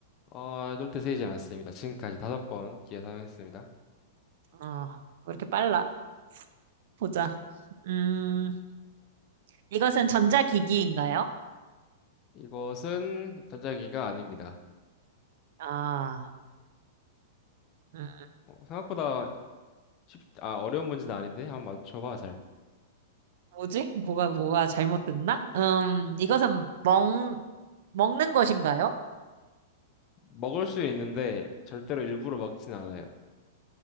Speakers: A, on the left; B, on the right.
A: 어, 절대 세이지 않았습니다. 지금까지 다섯 번 기회 사용했습니다.
B: 어, 왜 이렇게 빨라? 보자. 음, 이것은 전자기기인가요?
A: 이것은 전자기가 아닙니다.
B: 아, 음,
A: 어, 생각보다 쉽, 아, 어려운 문제는 아닌데 한번 맞춰봐, 잘.
B: 뭐지? 뭐가, 뭐가 잘못됐나? 음, 이것은 먹, 먹는 것인가요?
A: 먹을 수 있는데 절대로 일부러 먹진 않아요.